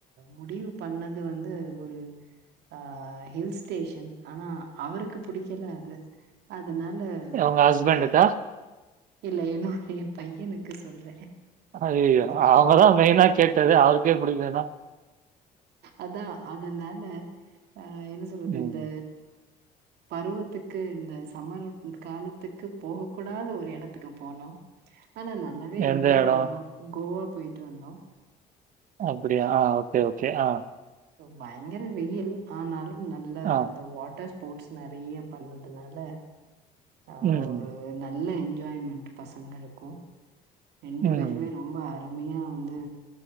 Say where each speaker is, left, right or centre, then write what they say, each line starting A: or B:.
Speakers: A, on the right; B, on the right.
A: முடிவு பண்ணது வந்து ஒரு அ ஹில் ஸ்டேஷன் ஆனா அவருக்கு புடிக்கல அ தனால
B: உங்க ஹஸ்பண்டுக்கா?
A: இந்த இல்ல என்னுடைய பையனுக்கு சொல்றே
B: அய்யயோ
A: ஓகே
B: அவங்கதா மெயினா கேட்டது அவருக்கே புடிக்கலனா
A: அதா அதனால அ என்ன சொல்றது
B: ம்.
A: இந்த பருவத்துக்கு இந்த சம்மர் காலத்துக்கு போக கூடாத ஒரு எடத்துக்கு போனோ ஆனா நல்லாவே
B: எந்த
A: என்ஜாய்
B: இடம்?
A: பண்ணோ கோவா போய்ட்டு வந்தோம்
B: அப்படியா ஆஹ் ஓகே ஓகே ஆஹ்
A: பயங்கர வெயில் ஆனாலும் நல்ல
B: ஆ.
A: அந்த வாட்டர் ஸ்போர்ட்ஸ் நிறைய பண்ணதுனால ஆ
B: ம்
A: ஒரு நல்ல என்ஜாய்மெண்ட் பசங்களுக்கு கோ ரெண்டு
B: ம்.
A: பேருமே ரொம்ப அ அருமையா வந்து